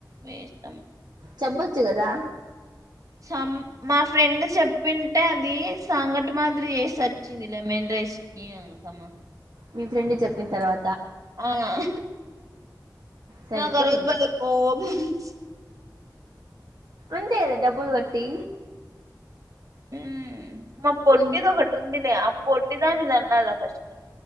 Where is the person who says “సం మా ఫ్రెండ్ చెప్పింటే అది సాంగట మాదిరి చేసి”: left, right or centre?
Right